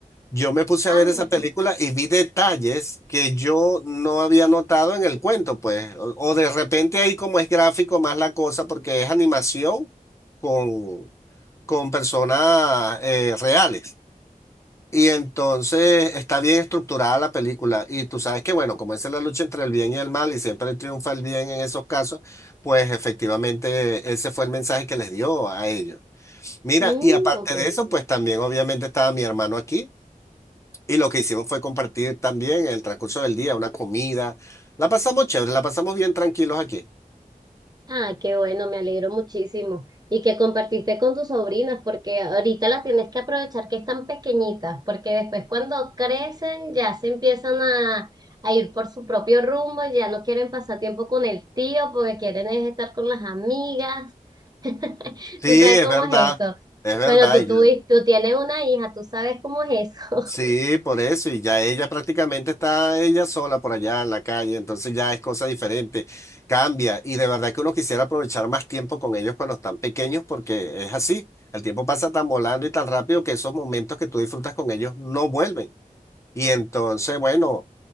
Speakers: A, on the left; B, on the right.
A: Yo me puse
B: Ah,
A: a ver
B: mira.
A: esa película y vi detalles que yo no había notado en el cuento, pues. O, o de repente ahí como es gráfico más la cosa porque es animación con, con personas eh, reales. Y entonces está bien estructurada la película. Y tú sabes que, bueno, como esa es la lucha entre el bien y el mal y siempre triunfa el bien en esos casos, pues efectivamente ese fue el mensaje que les dio a ellos. Mira,
B: Mm,
A: y aparte
B: ok.
A: de eso, pues también obviamente estaba mi hermano aquí. Y lo que hicimos fue compartir también en el transcurso del día una comida. La pasamos chévere, la pasamos bien tranquilos aquí.
B: Ah, qué bueno, me alegro muchísimo. Y que compartiste con tus sobrinas, porque ahorita las tienes que aprovechar que están pequeñitas, porque después cuando crecen ya se empiezan a, a ir por su propio rumbo, ya no quieren pasar tiempo con el tío, porque quieren es estar con las amigas. <laughs>
A: Sí,
B: ¿Tú sabes
A: es
B: cómo
A: verdad,
B: es eso?
A: es verdad.
B: Bueno, tú,
A: y
B: tú,
A: yo-
B: tú tienes una hija, tú sabes cómo es eso.
A: sí, por eso. Y ya ella prácticamente está ella sola por allá en la calle, entonces ya es cosa diferente, cambia. Y de verdad que uno quisiera aprovechar más tiempo con ellos cuando están pequeños porque es así. El tiempo pasa tan volando y tan rápido que esos momentos que tú disfrutas con ellos no vuelven. Y entonces, bueno.